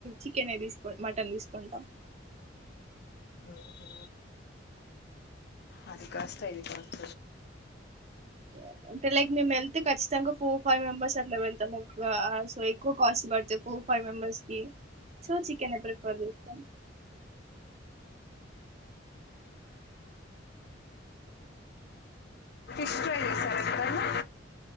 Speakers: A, on the right (about 35°); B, on the left (about 55°).
A: చికెనే తీసుకో మటన్ తీసు కొంటం
B: ఊహు అది కాస్తా ఇది కాస్త
A: అ అంటే లైక్ మేమెళ్తే ఖచ్చితంగా ఫోర్ ఫైవ్ మెంబర్స్ అట్లా వెళ్తాము ఆ సో ఎక్కువ కాస్ట్ బడ్ చొపు ఫైవ్ మెంబర్స్కి సో చికెనే ప్రిఫర్ జేస్తం
B: ఫిష్ ఫ్రై జేసార ఎప్పుడన్న